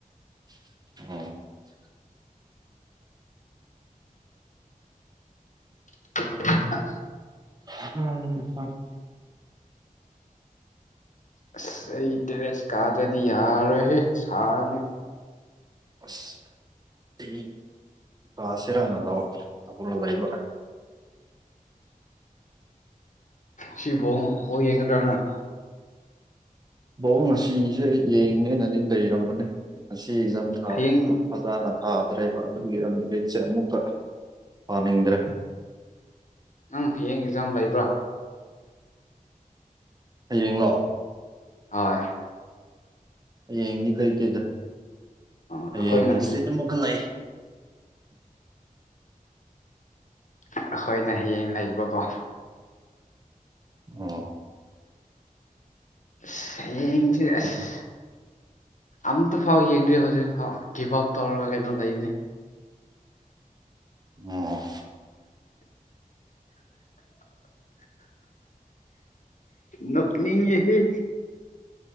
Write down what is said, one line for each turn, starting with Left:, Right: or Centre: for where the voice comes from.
Right: <inaudible>
Left: <inaudible>
Right: ꯎꯝꯝ
Left: ꯑꯁ ꯑꯩ ꯇꯦꯔꯦꯁ ꯀꯥꯗ꯭ꯔꯗꯤ ꯌꯥꯔꯣꯏꯍꯦ ꯁꯥꯔꯅꯤ
Right: ꯑꯁ ꯑꯩ ꯂꯁꯤꯔꯅ ꯂꯧ ꯂꯧ ꯂꯩꯕ
Left: ꯁꯤ <unintelligible> <unintelligible>
Right: ꯕꯣ ꯉꯁꯤꯁꯦ ꯌꯦꯡꯅꯦꯅꯗꯤ ꯂꯩꯔꯝꯕꯅꯦ ꯉꯁꯤ ꯑꯦꯛꯖꯥꯝ ꯊꯥꯗ
Left: ꯍꯌꯦꯡ
Right: ꯐꯖꯅ ꯊꯥꯗ꯭ꯔꯦꯕ ꯑꯗꯨꯒꯤ ꯑꯃꯨꯛ ꯂꯤꯔꯤꯛꯁꯦ ꯑꯃꯨꯛꯀ ꯄꯥꯅꯤꯡꯗ꯭ꯔꯦ
Left: ꯅꯪ ꯍꯌꯦꯡ ꯑꯦꯛꯖꯥꯝ ꯂꯩꯕ꯭ꯔꯥ
Right: ꯍꯌꯦꯡꯂꯣ
Left: ꯑ‌ꯣꯏ
Right: ꯍꯌꯦꯡꯗꯤ ꯂꯩꯇꯦꯗ
Left: ꯑꯣ
Right: ꯍꯌꯦꯡ
Left: ꯑꯩꯈꯣꯏꯅ
Right: ꯍꯪꯁꯤꯠ ꯑꯃꯨꯛ ꯀ ꯂ‌ꯩ
Left: ꯑꯩꯈꯣꯏꯅ ꯍꯌꯦꯡ ꯂꯩꯕꯀꯣ
Right: ꯑꯣ
Left: ꯑꯁ ꯍꯌ‌ꯦꯡ ‌ꯖ‌ꯦ ꯑꯁ ꯑꯝꯇꯐꯥꯎ ꯌꯦꯡꯗ꯭ꯔꯤ ꯍꯧꯖꯤꯛꯐꯥꯎ ꯒꯤꯞ ꯑꯞ ꯇꯧꯔꯒ ꯀꯩꯅꯣ ꯂꯩꯕꯅꯤ
Right: ꯑꯣ
Left: ꯅꯣꯛꯅꯤꯡꯉꯤꯍ‌‌ꯦ